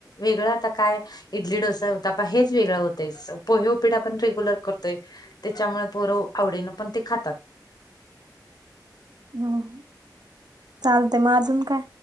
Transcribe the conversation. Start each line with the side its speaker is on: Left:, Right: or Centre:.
Left: वेगळ आता काय इडली, डोसा, उतापा हेच वेगळं होतेस पोहे उपिडा पण रेग्युलर करतोय त्याच्यामुळे पोर आवडीनी पण ते खातात.
Right: हम चालते मग अजून काय.